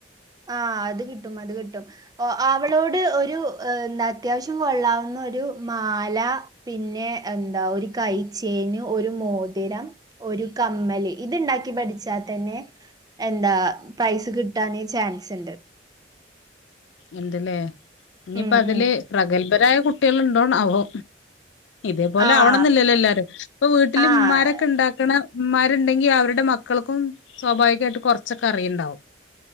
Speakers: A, on the right; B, on the left.
A: ആഹ് അത്കിട്ടും അത്കിട്ടും ഓ അവളോട് ഒരു എന്താ അത്യാവശ്യം കൊള്ളാവുന്നൊരു മാല പിന്നെ എന്താ ഒരു കൈചെയിന് ഒരു മോതിരം ഒരു കമ്മല് ഇത്ണ്ടാക്കി പഠിച്ചാ തന്നെ എന്താ പ്രൈസ് കിട്ടാന് ചാൻസ്ണ്ട്
B: ഇണ്ട് ലേ.. ഇന്നിപ്പതില്
A: ഉം ഉം
B: പ്രഗത്ഭരായ കുട്ട്യൾ ഉണ്ടോണാവോ ഇതേപോലെ
A: ആഹ്
B: ആവണംന്നില്ലല്ലോ എല്ലാരും. പ്പൊ വീട്ടില്മ്മാരൊക്കെ
A: ആഹ്
B: ണ്ടാക്ക്ണ ഇമ്മാരുണ്ടെങ്കി അവരുടെ മക്കൾക്കും സ്വാഭാവികായിട്ട് കൊർച്ചൊക്കെ അറിയ്ണ്ടാവും